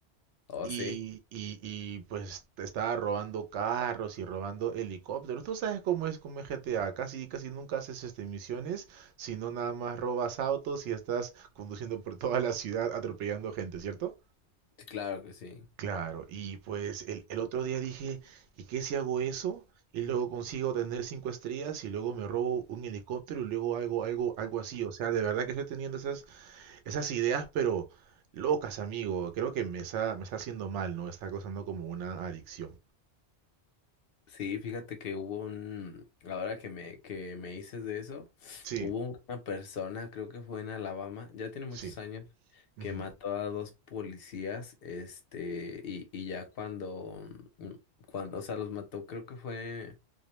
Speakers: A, on the left; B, on the right.
A: Oh,
B: Y,
A: sí,
B: y, y, pues te estaba robando carros y robando helicópteros. Tú sabes cómo es como GTA. Casi, casi nunca haces este, misiones, sino nada más robas autos y estás conduciendo por <laughs> toda la ciudad atropellando gente, ¿cierto?
A: Sí, claro que sí.
B: Claro, y pues el, el otro día dije, ¿y qué si hago eso? Y luego consigo tener cinco estrellas y luego me robo un helicóptero y luego algo, algo, algo así. O sea, de verdad que estoy teniendo esas, esas ideas, pero locas, amigo. Creo que me está, me está haciendo mal, ¿no? Está causando como una adicción.
A: Sí, fíjate que hubo un, ahora que me, que me dices de eso,
B: Sí,
A: hubo una persona, creo que fue en Alabama, ya tiene muchos
B: sí.
A: años,
B: ujú,
A: que mató a dos policías, este, y, y ya cuando, mm, cuando, o sea, los mató, creo que fue.